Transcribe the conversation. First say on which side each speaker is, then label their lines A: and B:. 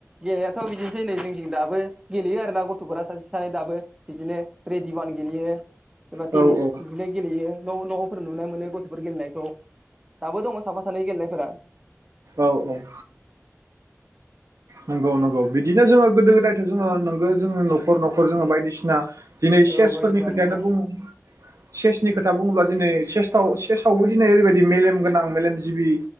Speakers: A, on the right; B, on the right.
A: गेलेनायाथ बिदिनोसै नै जों दाबो गेलेयो आरो ना गथफोरा सासे सानै दाबो बिदिनो रेडिबान गेलेयो। सोरबा
B: औ
A: टेनिस
B: औ
A: बुनाय गेलेयो। न' न'फोर नुनो मोनो गथ'फोर गेलेनायखौ दाबो दङ साफा सानै गेलेनायफोरा।
B: औ औ नंगौ नंगौ बिदिनो जोङो गोदो गोदायथ' जोङो नंगौ जोङो नखर नखर जोङो बायदिसिना दिनै सेसफोरनि
A: औ बायदिसिना
B: खोथायानो
A: बिदिनो
B: बुं। सेसनि खोथा बुङोब्ला दिनै सेसटाव सेसावबो दिनै ओरैबायदि मेलेम गोनां मेलेमजिबि